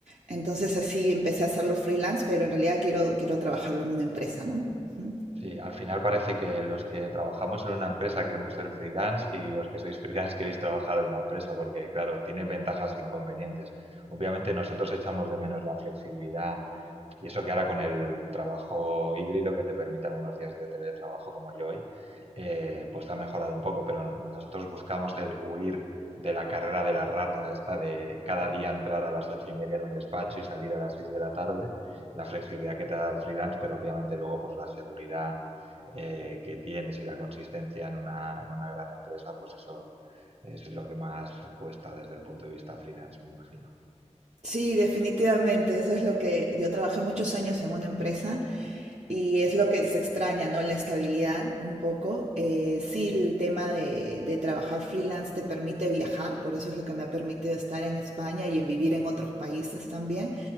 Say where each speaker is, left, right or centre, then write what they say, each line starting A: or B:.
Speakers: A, on the right; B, on the right.
A: Entonces así empecé a hacerlo freelance, pero en realidad quiero, quiero trabajarlo en una empresa, ¿no? Ujú.
B: Sí, al final parece que los que trabajamos en una empresa queremos ser freelance y los que sois <laughs> freelance queréis trabajar en una empresa porque, claro, tiene ventajas e inconvenientes. Obviamente nosotros echamos de menos la flexibilidad y eso que ahora con el trabajo híbrido que te permite algunos días de teletrabajo como yo hoy, eh, pues ha mejorado un poco, pero nosotros buscamos el huir de la carrera de la rata, esta de cada día entrar a las ocho y media en un despacho y salir a las seis de la tarde, la flexibilidad que te da el freelance, pero obviamente luego pues la seguridad eh, que tienes y la consistencia en una, en una gran empresa, pues eso, eso es lo que más cuesta desde el punto de vista freelance, me imagino.
A: Sí, definitivamente, eso es lo que yo trabajé muchos años en una empresa y es lo que se extraña, ¿no? La estabilidad un poco. Eh, sí, el tema de, de trabajar freelance te permite viajar, por eso es lo que me ha permitido estar en España y en vivir en otros países también.